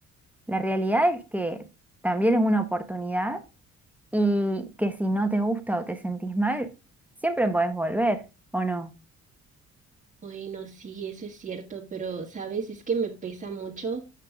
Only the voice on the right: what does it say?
Bueno, sí, eso es cierto, pero sabes, es que me pesa mucho